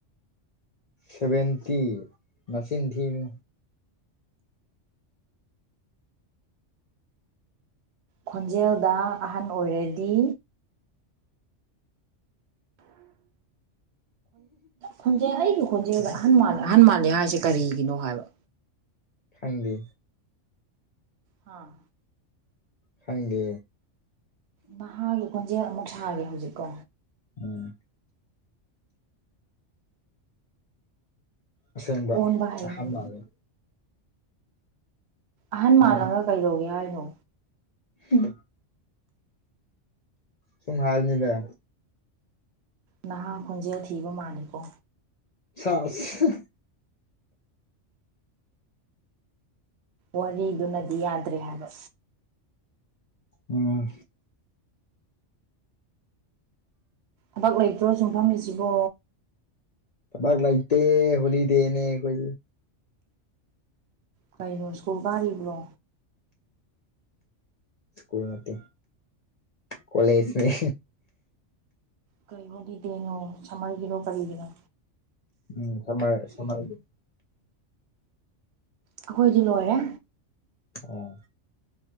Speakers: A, on the left (about 50°); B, on the right (about 65°).
A: ꯁꯦꯚꯦꯟꯇꯤ ꯃꯆꯤꯟ ꯊꯤꯅꯨ
B: ꯈꯣꯟꯖꯦꯜꯗ ꯑꯍꯟ ꯑꯣꯏꯔꯗꯤ ꯈꯣꯟꯖꯦꯜ ꯑꯩꯒꯤ ꯈꯣꯟꯖꯦꯜꯗ ꯑꯍ ꯑꯍꯟ ꯃꯥꯜꯂꯦ ꯍꯥꯏꯁꯦ ꯀꯔꯤꯒꯤꯅꯣ ꯍꯥꯏꯕ
A: ꯈꯪꯗꯤ
B: ꯍꯥꯥ
A: ꯈꯪꯗꯦ
B: ꯅꯍꯥꯒꯤ ꯀꯣꯟꯖꯦꯜ ꯑꯃꯨꯛ ꯁꯥꯒꯦ ꯍꯧꯖꯤꯛꯀꯣ
A: ꯎꯝ ꯑꯁꯦꯡꯕ
B: ꯑꯣꯟꯕ ꯍꯩꯅꯤ
A: ꯑꯍꯥꯟꯕꯅꯤ
B: ꯑꯍꯟ ꯃꯥꯜꯂꯒ
A: ꯅꯪ
B: ꯀꯩꯗꯧꯒꯦ ꯍꯥꯏꯔꯤꯅꯣ
A: ꯎ ꯁꯨꯝ ꯍꯥꯜꯅꯤꯕ
B: ꯅꯍꯥ ꯈꯣꯟꯖꯦꯜ ꯊꯤꯕ ꯃꯥꯜꯂꯦꯀꯣ
A: ꯁꯥꯁ
B: ꯋꯥꯔꯤꯗꯨꯅꯗꯤ ꯌꯥꯗ꯭ꯔꯦ ꯍꯥꯏꯕ
A: ꯎꯟ
B: ꯑꯕꯥꯛ ꯂꯩꯇ꯭ꯔꯣ ꯌꯨꯝꯐꯝ ꯏꯖꯤꯕꯣ
A: ꯇꯥꯛ ꯂꯩꯇꯦ ꯍꯣꯂꯤꯗꯦꯅꯦ ꯑꯩꯈꯣꯏ
B: ꯀꯩꯅꯣ ꯏꯁꯀꯨꯜ ꯀꯥꯔꯤꯕ꯭ꯔꯣ
A: ꯁꯀꯨꯜ ꯅꯠꯇꯦ ꯀꯣꯂꯦꯖꯅꯦ
B: ꯀꯩ ꯍꯣꯂꯤꯗꯦꯅꯣ ꯁꯃꯃꯦꯒꯤꯔꯥ ꯀꯔꯤꯒꯤꯅꯣ
A: ꯎꯝ ꯁꯝꯃꯔ ꯁꯝꯃꯔꯒꯤ
B: ꯑꯩꯈꯣꯏꯗꯤ ꯂꯣꯏꯔꯦ
A: ꯑꯣ